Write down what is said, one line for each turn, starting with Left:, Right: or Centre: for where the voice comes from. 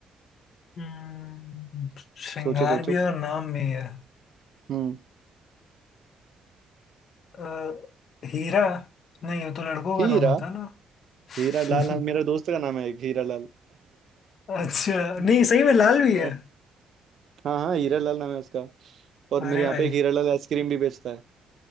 Left: हम्म, श्रृंगार
Right: सोचो सोचो
Left: भी है और नाम भी है
Right: हम्म
Left: अ, हीरा नहीं वो तो लड़कों
Right: हीरा
Left: का नाम होता है ना
Right: हीरा लाल
Left: <laughs>
Right: हाँ, मेरा दोस्त का नाम है एक हीरा लाल
Left: हाँ अच्छा
Right: <laughs>
Left: नहीं सही में लाल भी
Right: हाँ
Left: है
Right: हाँ हीरा लाल नाम है उसका और
Left: अरे
Right: मेरे यहाँ
Left: भाई
Right: पे एक हीरा लाल आइसक्रीम भी बेचता है